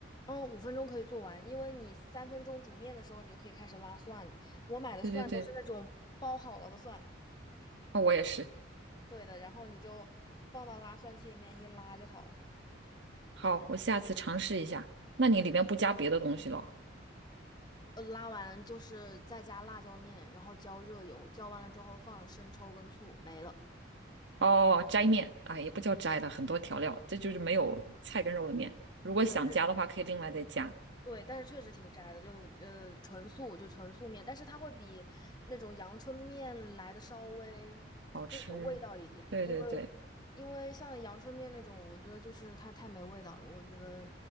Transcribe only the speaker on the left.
嗯，五分钟可以做完，因为你三分钟煮面的时候，你就可以开始拉蒜了。我买的蒜都是那种包好了的蒜，
对的，然后你就放到拉蒜器里面一拉就好了。
呃，拉完就是再加辣椒面，然后浇热油，浇完了之后放生抽跟醋，没了。
对。
对，但是确实挺斋的，就呃纯素就纯素面，但是它会比那种阳春面来的稍微
就有味道嗯一点，
因为对因为像阳春面那种，我觉得就是它太没味道了，我觉得